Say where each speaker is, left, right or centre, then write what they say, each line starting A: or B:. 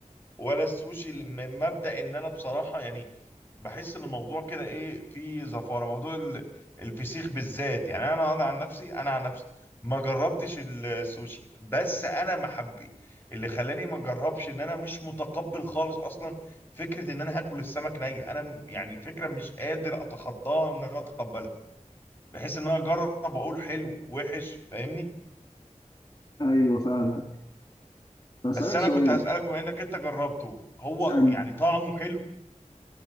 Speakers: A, on the left; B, on the left.
A: ولا السوشي من مبدا ان انا بصراحه يعني بحس ان الموضوع كده ايه فيه زفاره موضوع ال- الفسيخ بالذات يعني انا انا عن نفسي انا عن نفسي ما جربتش السوشي بس انا محبي اللي خلاني ما اجربش ان انا مش متقبل خالص اصلا فكره ان انا هاكل السمك ني انا م- يعني الفكره مش قادر اتخطاها وان انا اتقبلها بحيث ان انا اجرب واقول حلو وحش فاهمني
B: أيوه فاهمك بسألك
A: بس انا
B: سؤال
A: كنت هسألك بما انك انت جربته هو
B: اسألني
A: يعني طعمه حلو